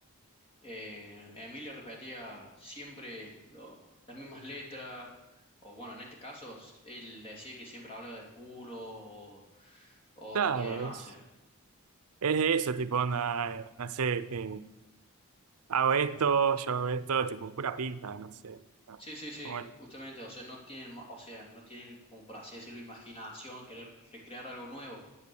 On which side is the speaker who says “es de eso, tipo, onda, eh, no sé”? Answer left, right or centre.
Right